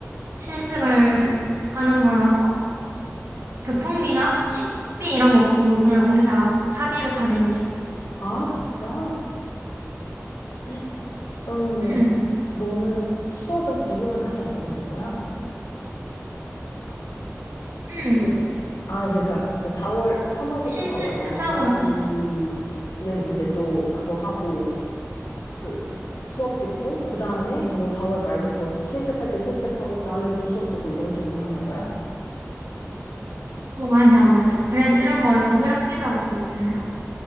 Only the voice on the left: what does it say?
아, 진짜? 헉, 그러면은
너는 수업은 지금은 아예 안 듣는 거야?
그- 아, 그러니까 그 사월 3월부터
4월 말까지는
이제 또 그거 하고 그 수업 듣고 그 다음에 뭐 4월 말부터 실습할 때 실습하고 그 다음에 또 수업 듣고 이런 식으로 하는 거야?